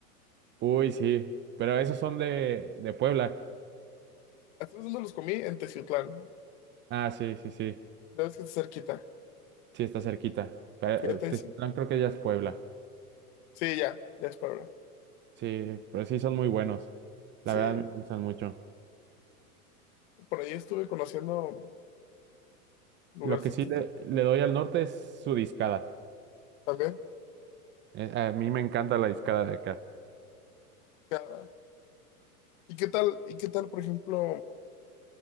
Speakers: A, on the right; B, on the left.
A: Uy, sí, pero esos son de, de Puebla.
B: ¿Hace dónde los comí? En Teciutlán.
A: Ah, sí, sí, sí,
B: Ya ves que está cerquita.
A: sí, está cerquita. Pero,
B: Fíjate,
A: eh, Teciutlán
B: sí.
A: creo que ya es Puebla.
B: Sí, ya, ya es Puebla.
A: Sí, pero sí son muy buenos. La
B: Sí,
A: verdad me gustan mucho.
B: por ahí estuve conociendo lugarcitos
A: Lo que sí le,
B: de-
A: le doy al norte es su discada.
B: también.
A: Eh, a mí me encanta la discada de acá.
B: Ya. ¿Y qué tal? ¿Y qué tal, por ejemplo?